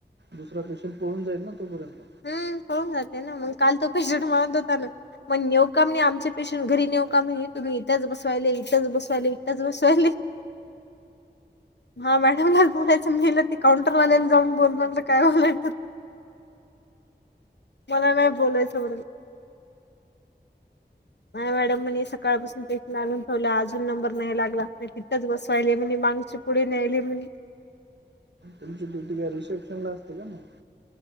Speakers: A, on the right; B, on the left.
A: दुसरां पेशंट पळूंन जाईल नां तोपर्यंत
B: हम्मं पळून जाते नां मंग कांल तो पेशंट मीळतचं नव्हतां- मंग नेवकामं नाहीं आमचे पेशंट घरी नेऊ कामं नाहीं तुम्हीं इथंच बसवांयले इथंच बसवायले इथच बसवांयले. काही आवाज येत नव्हता <unintelligible> हां मॅडमलाचं बोलायचं मलं ते काउंटरवाल्यांला जाऊंन बोलणारं तरं कायं होईल मंला नाहीं बोलायचं म्हंणे नाहीं मॅडम म सकाळंपासूंन पेशट लागूं ठेवले अजूंन नंबर नाहीं लागला इथंच बसवांयले म्हणे मागंचे पुढे नेयले म्हं
A: तुमची ड्युी कां रिसेप्शन लां असते कां मंग